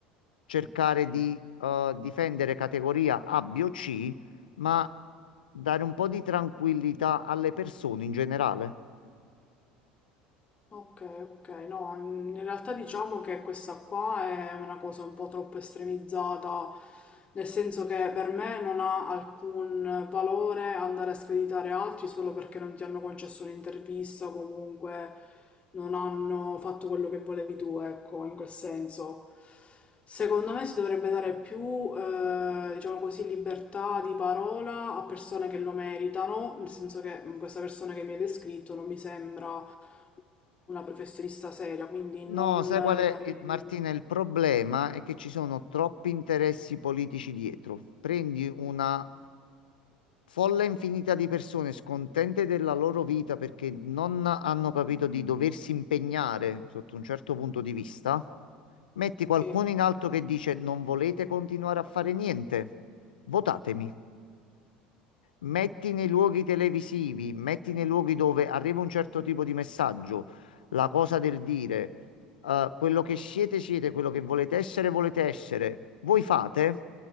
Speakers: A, on the left; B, on the left.
A: cercare di eh, difendere categoria A, B o C, ma dare un po' di tranquillità alle persone in generale.
B: Ok, ok, no, in in realtà diciamo che questa qua è una cosa un po' troppo estremizzata, nel senso che per me non ha alcun valore andare a screditare altri solo perché non ti hanno concesso un'intervista o comunque non hanno fatto quello che volevi tu, ecco, in quel senso. Secondo me si dovrebbe dare più, eh, diciamo così, libertà di parola a persone che lo meritano, nel senso che mh, questa persona che mi hai descritto non mi sembra una professionista seria, quindi
A: No,
B: non
A: sai
B: le
A: qual è,
B: darei
A: eh, Martina? Il problema è che ci sono troppi interessi politici dietro. Prendi una folla infinita di persone scontente della loro vita perché non hanno capito di doversi impegnare sotto un certo punto di vista. Metti qualcuno
B: sì.
A: in alto che dice non volete continuare a fare niente, votatemi. Metti nei luoghi televisivi, metti nei luoghi dove arriva un certo tipo di messaggio, la cosa del dire, eh, quello che siete, siete, quello che volete essere, volete essere, voi fate,